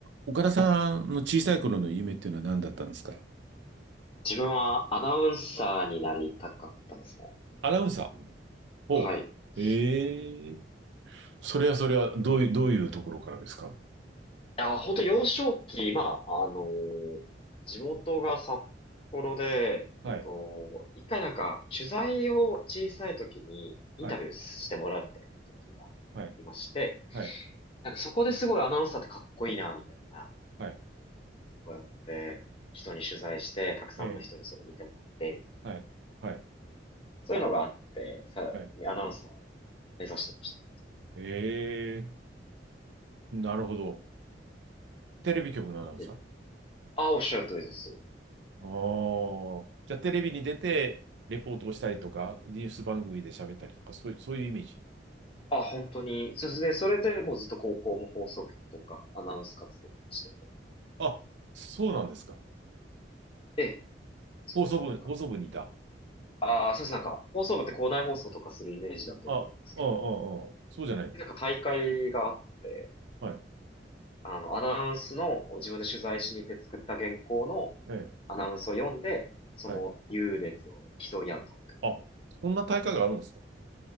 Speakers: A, on the right; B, on the left.
A: 岡田さんの小さい頃の夢っていうのは何だったんですか
B: 自分はアナウンサーになりたかったですね。
A: アナウンサー。お、
B: はい。
A: う。
B: い
A: ええそれはそれは、どういう、どういうところからですか
B: や、本当幼少期、まあ、あのー地元が札幌で、
A: はい、
B: えっと、一回なんか、取材を小さい時にインタビューしてもらうみたいな時がいまして、
A: はい、はい、はい、
B: なんかそこですごいアナウンサーってかっこいいな、みたいな、
A: はい、
B: こうやって人に取材して、たくさんの人にそれ見てもらって、
A: ええ、
B: みたいな、
A: はい、はい、
B: そういうのがあって、さ、
A: はい。
B: アナウンサー目指してまし
A: ええなるほど。テレビ局のアナウンサー
B: た。でああ、おっしゃる通りです。
A: ああ。じゃあ、テレビに出て、レポートをしたりとか、ニュース番組で喋ったりとか、そういう、そういうイメージ。
B: あ、本当に。そうですね。それでもうずっと高校も放送局とかアナウンス活動してて。
A: あ、そうなんですか。
B: ええ、そうですね。
A: 放送部、
B: なんか、
A: 放送部にいた。
B: ああ、そうです。なんか、放送部って校内放送とかするイメージだと思うんですけど、
A: あ、うんうんうん。そうじゃないの。
B: なんか大会があって、
A: はい、
B: あの、アナウンスの自分で取材しに行って作った原稿の
A: ええ、
B: アナウンスを読んで、その優劣を競い合う大会。
A: はい。あ、そんな大会があるんですか